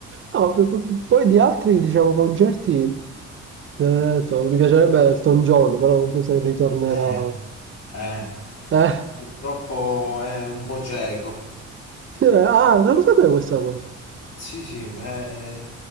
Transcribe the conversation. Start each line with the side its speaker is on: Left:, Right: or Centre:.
Right: No, p- p- poi di altri, diciamo, concerti, eh, to- mi piacerebbe Elton John, però non so se ritornerà.
Left: Eh, eh,
Right: Eh?
Left: purtroppo è un po' cieco.
Right: <laughs> Ah, non lo sapevo questa cosa.
Left: Sì, sì, eh,